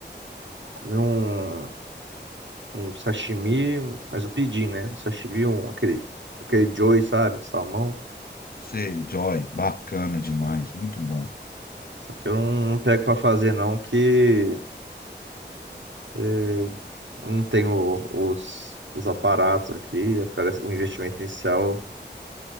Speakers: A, on the right; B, on the left.
A: Comi um, um sashimi, um- mas eu pedi, né? Um sashimi, um, aquele, aquele joy, sabe? De salmão.
B: Sei, Joy, bacana demais, muito bom.
A: Só que eu não, não pego pra fazer não, que eh, não tenho os, os aparatos aqui. Parece, o investimento inicial